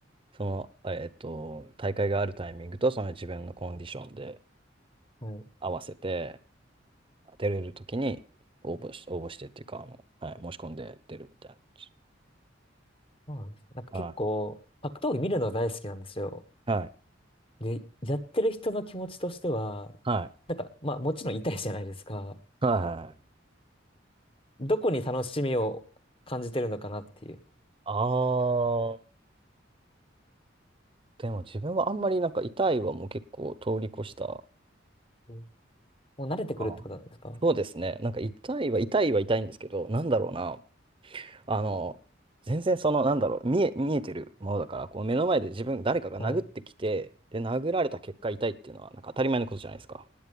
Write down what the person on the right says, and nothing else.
その、えっと、大会があるタイミングと、その自分のコンディションで
合わせて、出れるときに応募し、応募してっていうか、あの、はい、申し込んで出るみたいな感じ。
はい。はい。
はい。
はい。はい。
あでも自分はあんまりなんか痛いはもう結構通り越した。
あーそうですね。なんか痛いは痛いは痛いんですけど、なんだろうな。あの、全然その、なんだろう、見え、見えてるものだから、こう目の前で自分、誰かが殴ってきて、
で、殴られた結果痛いっていうのは、なんか当たり前のことじゃないですか。